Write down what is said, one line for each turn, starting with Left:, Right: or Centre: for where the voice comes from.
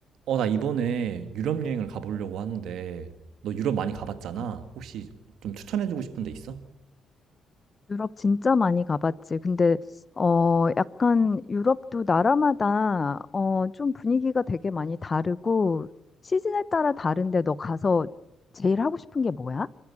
Right: 어, 나 이번에 유럽 여행을 가보려고 하는데, 너 유럽 많이 가봤잖아.
Left: 음.
Right: 혹시 좀 추천해주고 싶은 데 있어?
Left: 유럽 진짜 많이 가봤지. 근데, 어, 약간 유럽도 나라마다, 어, 좀 분위기가 되게 많이 다르고, 시즌에 따라 다른데 너 가서 제일 하고 싶은 게 뭐야?